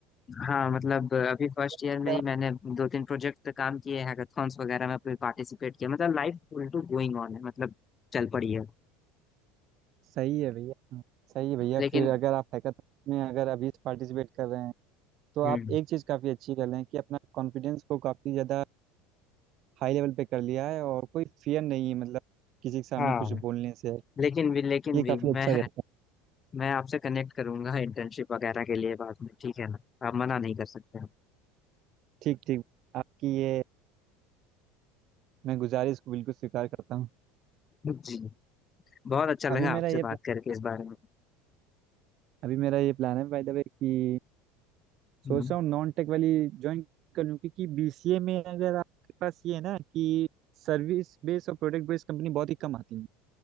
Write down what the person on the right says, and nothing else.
अगर
आप-
सही है भैया हाँ, सही है भैया
फिर अगर आप हैकाथॉन में अगर अभी पार्टिसिपेट कर रहे हैं तो
आप एक चीज़ काफ़ी अच्छी कर रहे हैं कि अपना कॉन्फिडेंस को काफ़ी ज़्यादा हाई लेवल पे कर लिया है और कोई फियर नहीं है मतलब किसी के सामने
कुछ बोलने से
ये
काफ़ी
अच्छा रहता है
ठीक ठीक आपकी ये मैं गुजारिश को बिल्कुल स्वीकार करता हूँ
अभी
मेरा ये प्लान
अभी मेरा ये प्लान है बाय द वे कि
सोच रहा हूँ नॉन टेक वाली ज्वाइन कर लूँ क्योंकि बीसीए में अगर आपके पास ये है ना कि सर्विस बेस्ड और प्रोडक्ट बेस्ड कंपनी बहुत ही कम आती है